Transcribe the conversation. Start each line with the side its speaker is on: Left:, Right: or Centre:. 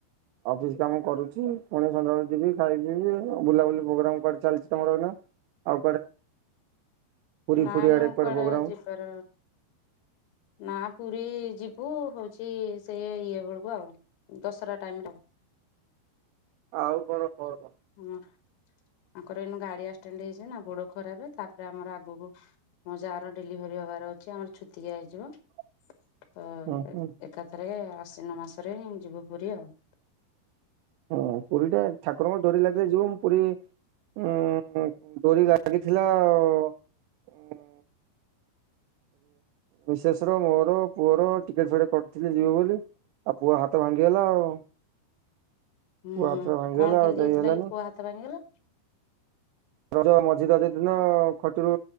Right: ଅଫିସ କାମ କରୁଛି ପୁଣି ସନ୍ଧ୍ୟାବେଳେ ଯିବି ଖାଇବି ପିିଇବି। ବୁଲାବୁଲି ପ୍ରୋଗ୍ରାମ କଣ ଚାଲିଛି ତମର ଏଇନା? ଆଉ କୁଆଡେ ପୁରୀ
Left: ନାଇଁନୁ
Right: ଫୁୁରି ଆଡେ କୁଆଡେକ
Left: କୁଆଡେ
Right: ପ୍ରୋଗ୍ରାମ?
Left: ଯିବାର ନା ପୁରୀ ଯିବୁ ହଉଛି ସେଇ ଇଏ ବେଳକୁ ଆଉ ଦଶହରା ଟାଇମରେ ଆଉ।
Right: ଆଉ କଣ? କଣ?
Left: <unintelligible> ତାଙ୍କର ଏଇନେ ଗାଡି ଆସ୍କିଡେଣ୍ଡ ହେଇଛି ନା ଗୋଡ ଖରାପ ତାପରେ ଆମର ଆଗକୁ ମୋ ଯାର ଡେଲିଭରି ହବାର ଛି ଆମର ଛୁତିକିଆ ହେଇଯିବ।
Right: <inaudible>
Left: ତ
Right: ହୁଁ ହୁଁ
Left: ଏକାଥରେ ଆଶ୍ୱିନ ମାସରେ ଯିବୁ ପୁରୀ ଆଉ।
Right: ହଁ ପୁରୀଟା ଠାକୁରଙ୍କର ଡୋରି ଲାଗିଲେ ଯିବ ପୁରୀ ଉମ୍ ଡୋରି ଲା ଲାଗିଥିଲା ଉମ୍ ମିସେସର ମୋର ପୁଅର ଟିକେଟ୍ ଫେକେଟ୍ କରିଥିଲୁ ଯିବୁ ବୋଲି ଆଉ ପୁଅ ହାତ ଭାଙ୍ଗିଗଲା ଆଉ।
Left: ହୁଁ
Right: ପୁଅ
Left: ହୁଁ
Right: ହାତ ଭାଙ୍ଗିଗଲା
Left: କଣ କେମିତି
Right: ଆଉ ଯାଇହେଲାନି।
Left: ହେଇଥିଲା କି ପୁଅ ହାତ ଭାଙ୍ଗିଗଲା?
Right: ରଜ ମଝି ଦିନ ଖଟିରୁ